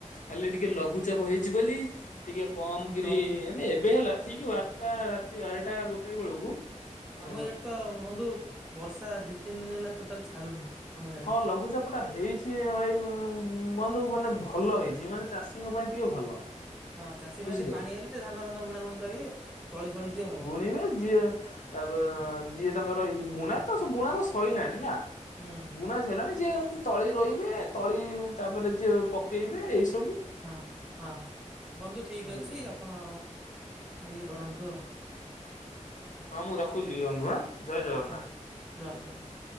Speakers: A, on the left; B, in the centre.
A: ଖାଲି ଟିକେ ଲଘୁଚାପ ହେଇଚି ବୋଲି ଟିକେ କମ୍
B: ଆଉ
A: କିରି
B: ଲଗୁ
A: ମାନେ ଏବେ ହେଲା ଠିକ୍ ବାରଟା ରାତି ବାରଟା ଗୋଟେ ବେଳକୁ ଅ
B: ଆମ ଇଆଡେ ତ ବନ୍ଧୁ ବର୍ଷା ଦି ତିନି ଦିନ ହେଲା ଟୋଟାଲ୍ ଛାଡୁନି। ଆମ ଇଆଡେ।
A: ହଁ ଲଘୁଚାପ ଟା ହେଇଚି ଭାଇ ବନ୍ଧୁ ମାନେ ଭଲ ହେଇଚି। ଯିଏ ମାନେ ଚାଷୀଙ୍କ ପାଇଁ ଟିକେ ଭଲ।
B: ହଁ ଚାଷୀ
A: ବୁଝିଲେ।
B: ପାଇଁ ଟିକେ ପାଣି ହେଲେ ଟିକେ ଧାନ ଫାନ ବୁଣା ବୁଣି କରିବେ ତଳି ଫଳି ଦିଏ ହବ।
A: <unintelligible> ତାପରେ ଯିଏ ତାଙ୍କର ଏଇ ବୁଣା ତ ବୁଣା ତ ସଇଲାଣି ନା।
B: ହୁଁ
A: ବୁଣା ସଇଲାଣି ଯିଏ ତଳି ରୋଇବେ ତଳି ତାପରେ ଯିଏ ପକେଇବେ ଏଇସବୁ
B: ହଁ -ହଁ ବନ୍ଧୁ ଠିକ୍
A: ହୁଁ
B: ଅଛି ଆପଣ ଇଏ ଧରନ୍ତୁ ଆଉ।
A: ହଁ ମୁଁ ରଖୁଚି ବନ୍ଧୁ ଆଁ। ଜୟ ଜଗନ୍ନାଥ।
B: ହଁ-ଜୟ ଜଗନ୍ନାଥ୍।